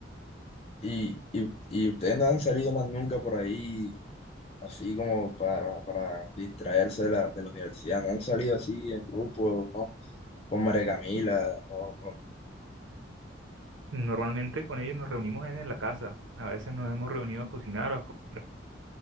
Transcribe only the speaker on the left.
¿Y, y, y ustedes no han salido más nunca por ahí, así como para, para distraerse de la, de la universidad? ¿No han salido así en grupo, no? Con María Camila o o